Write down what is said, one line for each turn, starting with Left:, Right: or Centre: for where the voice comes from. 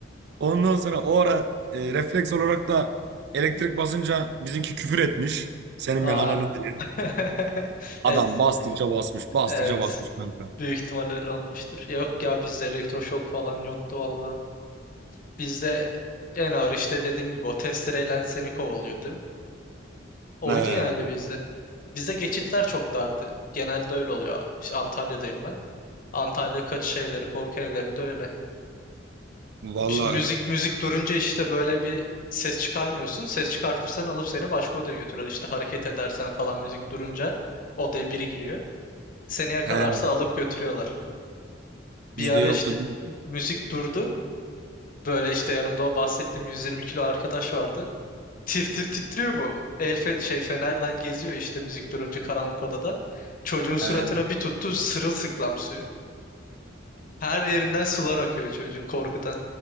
Right: Ondan sonra o ara e, refleks olarak da elektrik basınca bizimki küfür etmiş. Senin
Left: Aa,
Right: ben ananı diye.
Left: <laughs>
Right: Adam
Left: Ez-
Right: bastıkça basmış. Bastıkça
Left: Evet.
Right: basmış kanka.
Left: Büyük ihtimal öyle olmuştur. Yok ya bizde elektroşok falan yoktu valla. Bizde en ağır işte dediğim gibi o testereyle seni kovalıyordu. Oydu
Right: He,
Left: yani bizde. Bizde geçitler çok dardı. Genelde öyle oluyor. İşte Antalya'dayım ben. Antalya kaçış evleri, korku evlerinde öyle.
Right: valla
Left: Bir- müzik müzik durunca işte böyle bir ses çıkarmıyorsun. Ses çıkartırsan alıp seni başka odaya götürüyor. İşte hareket edersen falan müzik durunca odaya biri giriyor. Seni yakalarsa
Right: e, he,
Left: alıp götürüyorlar. Bir
Right: bizde
Left: ara
Right: yoktu.
Left: işte
Right: Biz-
Left: müzik durdu. Böyle işte yanımda o bahsettiğim 120 kilo arkadaş vardı. Tir tir titriyor bu. El fe- şey fenerden geziyor işte müzik durunca karanlık odada. Çocuğun suratına
Right: he.
Left: bir tuttu sırılsıklam suyu. Her yerinden sular akıyor çocuğun korkudan.